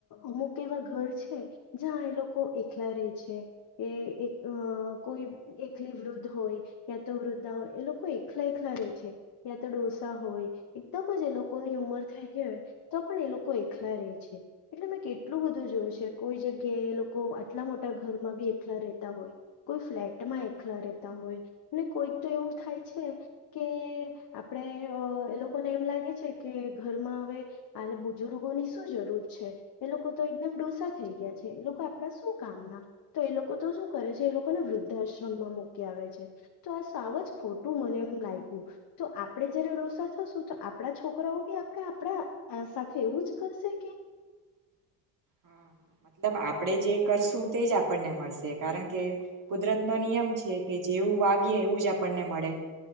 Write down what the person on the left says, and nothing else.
અમુક એવા ઘર છે જ્યાં એ લોકો એકલા રહે છે કે એક કોઈ એકલી વૃદ્ધ હોય યા તો વૃદ્ધા હોય એ લોકો એકલા એક કેલા રેહ છે યા તો ડોસા હોય એકદમ જ એ લોકોની ઉંમર થઈ ગ હોય તો પણ એ લોકો એકલા રહે છે એટલે મેં કેટલું બધું જોયું છે કોઈ જગ્યાએ એ લોકો આટલા મોટા ઘરમાં બી એકલા રહેતા હોય કોઈ ફ્લેટમાં એકલા રહેતા હોય ને કોઈક તો એવું થાય છે કે આપણેે એ લોકોને એમ લાગે છે કે ઘરમાં હવે બુજુર્ગોની શું જરૂર છે એ લોકો તો એકદમ ડોસા થઈ ગયા છે એ લોકો આપણા શું કામના તો એ લોકો તો શું કરે છે એ લોકોને વૃદ્ધાશ્રમમાં મૂકી આવે છે તો આ સાવ જ ખોટું મને એમ લાય તો આપણે જ્યારે ડોસા થશું તો આપડા છોકરાઓ બી આપણે આપણા સાથે એવું જ કરશે કે